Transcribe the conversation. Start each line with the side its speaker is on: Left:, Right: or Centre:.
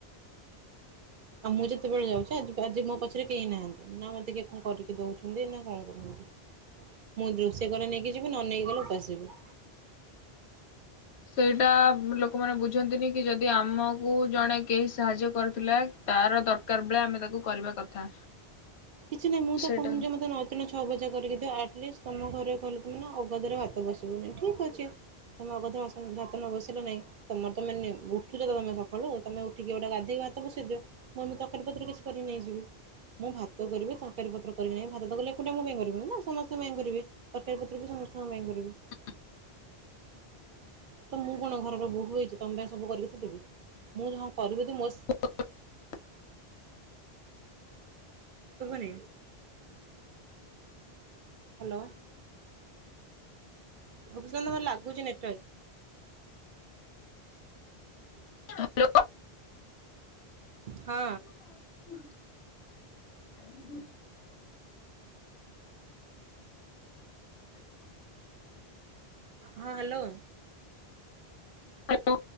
Right: ଆଉ ମୁଁ ଯେତେବେଳେ ଯାଉଛି ଆ ଆଜି ମୋ ପଛରେ କେହି ନାହାନ୍ତି ନା ମତେ କିଏ କଣ କରିକି ଦଉଛନ୍ତି ନା କଣ କରୁଛନ୍ତି। ମୁଁ ରୋସେଇ କଲେ ନେଇକି ଯିବି ନ ନେଇକି ଗଲେ ଓପାସ ଶୋଇବି।
Left: ସେଇଟା ଲୋକମାନେ ବୁଝନ୍ତିନିକି ଯଦି ଆମକୁ ଜଣେ କେହି ସାହାଯ୍ୟ କରିଥିଲା। ତାର ଦରକାର ବେଳେ ଆମେ ତାକୁ କରିବା କଥା।
Right: କିଛି ନାହିଁ ମୁଁ ତ
Left: ସେଇଟା
Right: କହୁନି ଯେ ମତେ ନ ଛଅ ଭଜା କରିକିଦିଅ ଆଟଲିଷ୍ଟ ତମ ଘରେ କଣ କହିବେନା ଆଗାଧୁଆ ଭାତ ବସିବନି ଠିକ ଅଛି। ତୁମେ ଅଗାଧୁଆ ବାସନ ଭାତ ନବସେଇଲ ନାହିଁ। ତମର ତମାନେ ଉଠୁଛ ତମେ ସଖାଳୁ ତମେ ଉଠିକି ଗୋଟେ ଗାଧୋଇିକି ଭାତ ବସେଇ ଦିଅ। ମୁ ମୁଁ ତରକାରୀ ପତ୍ର କିଛି କରି ନେଇଯିବି ମୁଁ ଭା ତ କରିବି ତରକାରି ପତ୍ର କରିବି ନାହିଁ ଭାତ ତ କଲେ ଏକୁଟିଆ ମୋ ପାଇଁ କରିବିନି ନା ସମସ୍ତଙ୍କ ପାଇଁ କରିବି। ତରକାରୀ ପତ୍ର ବି ସମର୍ଥଙ୍କ ପାଇଁ କରିବି।
Left: <inaudible>
Right: ତ ମୁଁ କଣ ଘରର ବୋହୂ ହେଇଛି ତମ ସବୁ କରିକି ଥୋଇଦେବି ମୁଁ ହଁ କରିବି ଯଦି ମୋ
Left: <unintelligible>
Right: ଶୁଭୁନି। ହାଲୋ। ଅଜବ ଲାଗୁଛି ନେଟୱର୍କ।
Left: ହାଲୋ।
Right: ହଁ।
Left: <inaudible>
Right: ହଁ ହାଲୋ।
Left: ହାଲୋ।